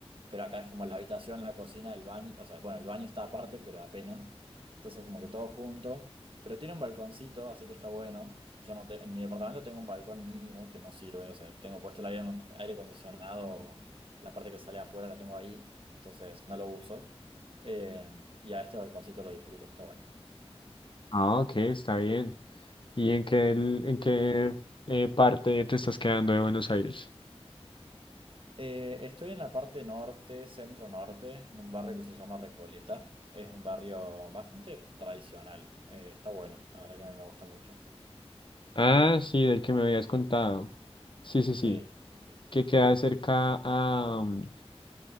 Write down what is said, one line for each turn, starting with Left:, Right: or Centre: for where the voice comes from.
Right: Pero acá es como la habitación, la cocina, el baño. O sea, bueno, el baño está aparte, pero apenas. Entonces como que todo junto. Pero tiene un balconcito, así que está bueno. Yo no te- en mi departamento tengo un balcón mínimo que no sirve. O sea, tengo puesto el aire, aire acondicionado, la parte que sale afuera la tengo ahí. Entonces no lo uso. Eh, y a este balconcito lo disfruto, está bueno.
Left: Ah, ok, está bien. ¿Y en qué, el- en qué eh, parte te estás quedando de Buenos Aires?
Right: Eh, estoy en la parte norte, centro norte, en un barrio que se llama Recoleta. Es un barrio bastante tradicional. Eh, está bueno, la verdad que a mí me gusta mucho.
Left: Ah, sí, del que me habías contado. Sí, sí,
Right: Sí,
Left: sí.
Right: sí, sí.
Left: Que queda cerca a, mm,